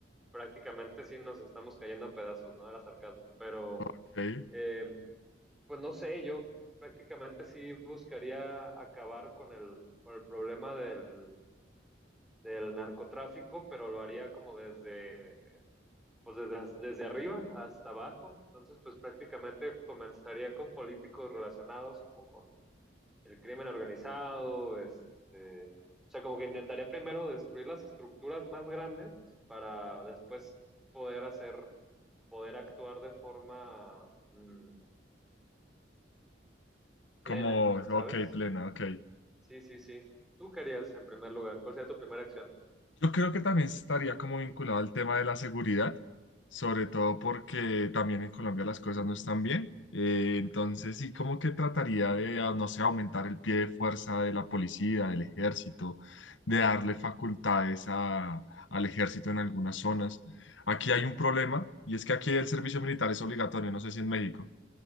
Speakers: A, in the centre; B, on the left.
A: prácticamente sí nos estamos cayendo a pedazos, ¿no? Era sarcasmo, pero
B: ok,
A: Eh, pues no sé, yo prácticamente sí buscaría acabar con el, con el problema del, del narcotráfico, pero lo haría como desde, pues desde, desde arriba hasta abajo. Entonces, pues prácticamente comenzaría con políticos relacionados como con el crimen organizado, este, o sea, como que intentaría primero destruir las estructuras más grandes para después poder hacer, poder actuar de forma mm,
B: como,
A: plena,
B: ok,
A: ¿sabes?
B: plena, ok.
A: Sí, sí, sí. ¿Tú qué harías en primer lugar? ¿Cuál sería tu primera acción?
B: Yo creo que también estaría como vinculado al tema de la seguridad, sobre todo porque también en Colombia las cosas no están bien. Eh, entonces sí, como que trataría de, ah, no sé, aumentar el pie de fuerza de la policía, del ejército, de darle facultades a- al ejército en algunas zonas. Aquí hay un problema y es que aquí el servicio militar es obligatorio, no sé si en México.